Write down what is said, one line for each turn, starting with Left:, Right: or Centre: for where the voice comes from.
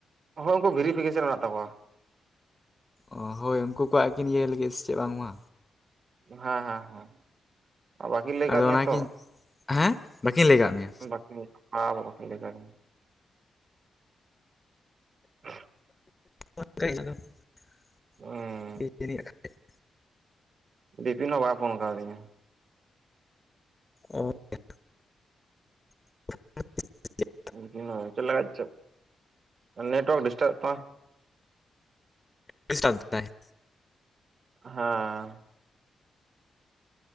Right: ᱦᱚ ᱩᱱᱠᱩ ᱵᱷᱮᱨᱤᱯᱷᱤᱠᱮᱥᱚᱱ ᱢᱮᱱᱟᱜ ᱛᱟᱠᱚᱣᱟ ᱾
Left: ᱚ ᱦᱳᱭ ᱩᱱᱠᱩ ᱠᱚᱣᱟᱜ ᱠᱤᱱ ᱤᱭᱟᱹᱭ ᱞᱟᱹᱜᱤᱫ ᱥᱮ ᱪᱮᱫ ᱵᱟᱝᱢᱟ
Right: ᱦᱮᱸ ᱦᱮᱸ ᱦᱮᱸ ᱵᱟᱹᱠᱤᱱ ᱞᱟᱹᱭ
Left: ᱟᱫᱚ
Right: ᱠᱟᱫᱤᱧᱟ
Left: ᱚᱱᱟᱜᱤᱧ
Right: ᱛᱚ
Left: ᱦᱮᱸ ᱵᱟᱹᱠᱤᱱ ᱞᱟᱹᱭ ᱠᱟᱜ ᱢᱮᱭᱟ?
Right: ᱵᱟᱠᱤᱱ ᱵᱟ ᱵᱟᱠᱤᱱ ᱞᱟᱹᱭ ᱠᱟᱣ ᱫᱤᱧᱟ ᱾ <unintelligible>
Left: <unintelligible> <inaudible>
Right: ᱚ
Left: <unintelligible>
Right: ᱵᱤᱯᱤᱱ ᱦᱚᱸ ᱵᱟᱭ ᱯᱷᱳᱱ ᱠᱟᱣᱫᱤᱧᱟ ᱾
Left: ᱚ <inaudible> <inaudible>
Right: <unintelligible> ᱪᱮᱫ ᱞᱮᱜᱟᱫ ᱪᱮᱫ ᱱᱮᱴᱳᱣᱟᱨᱠ ᱰᱤᱥᱴᱟᱵ ᱮᱫ ᱛᱟᱢᱟᱭ
Left: ᱰᱤᱥᱴᱟᱵ ᱫᱟᱭ
Right: ᱦᱟᱸ